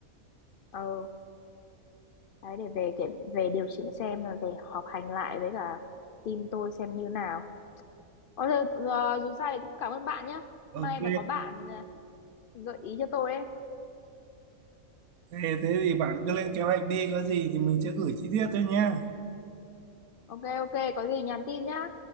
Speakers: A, on the left; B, on the right.
A: ờ đấy để về kiểm về điều chỉnh xem là về họp hành lại với cả team tôi xem như nào Ờ, giờ, giờ, dù sao thì cũng cảm ơn bạn nhá.
B: ok
A: May mà có bạn à, gợi ý cho tôi ấy.
B: thế, thế thì bạn cứ lên kế hoạch đi có gì thì mình sẽ gửi chi tiết cho nhá
A: Ok ok, có gì nhắn tin nhá.